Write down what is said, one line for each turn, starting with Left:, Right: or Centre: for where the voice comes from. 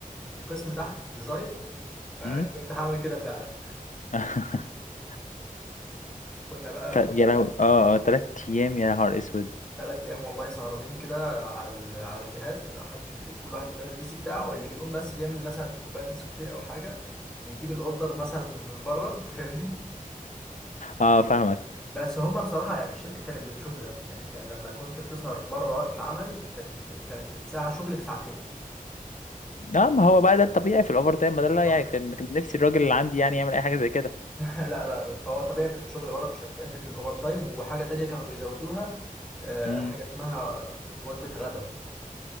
Centre: في القسم تحت في الديزاين فكنت
Left: مم؟
Centre: هعمل كده فعلا
Left: <laughs>
Centre: كنا بقى
Left: ف يا لهوي اه اه تلات أيام يا نهار أسود
Centre: ثلاث ايام والله سهرانين كده على ال- على الجهاز ما حدش بيقوم كل واحد قدام البي سي بتاعه اللي بيقوم بس بيعمل مثلا كوبايه نسكافيه او حاجه بيجيب الاوردر مثلا من بره <laughs> فاهمني
Left: اه فاهمك
Centre: بس هما بصراحه يعني الشركه كانت بتشوف ده يعني كان لما كنت بتسهر بره وقت العمل كانت كانت الساعه شغل بساعتين
Left: اه ما هو بقى ده الطبيعي في الأوفر تايم ما ده اللي
Centre: <laughs>
Left: يعني كان كان نفسي الراجل اللي عندي يعني يعمل أي حاجة زي كده
Centre: لا لا فهو الطبيعي في الشغل بره في الشركات في الاوفر تايم وحاجه تانية كانوا بيزودوها آه،
Left: مم.
Centre: حاجه اسمها ف- وجبه غدا